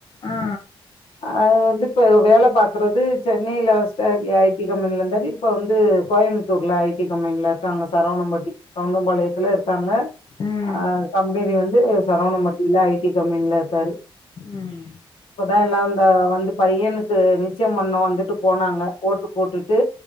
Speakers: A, on the left; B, on the left.
A: ஆ
B: அது வந்து இப்ப வேலை பார்த் சென்னையில ஐடி கம்பெனில இருந்தாரு இப்ப வந்து கோயம்புத்தூர்ல ஐடி கம்பெனில இருக்காங்க சரவணம்பட்டி கவுண்டம்பாளையத்துல இருக்காங்க
A: ம்
B: அஹ் கம்பெனி வந்து சரவணம்பட்டியில ஐடி கம்பெனில இருக்காரு
A: ம்
B: இப்பதான் எல்லாம் வந்து பையனுக்கு நிச்சயம் பண்ணுணோம் வந்துட்டு போனாங்க ஓட்டு போட்டுட்டு